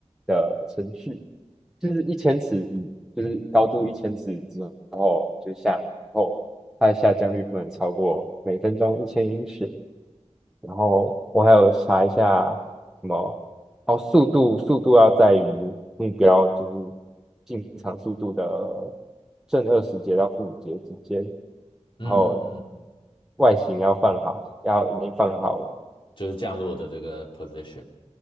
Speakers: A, in the centre; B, on the left (about 45°).
A: 的程序，就是一千尺，就是高度一千尺之后，就下以后它的下降率不能超过每分钟一千英尺。然后我还有查一下什么，哦，速度速度要在于目标就是进场速度的正二十节到负五节之间，然
B: 嗯嗯嗯，
A: 后外形要放好，要已经放好了。
B: 就是降落的这个 position，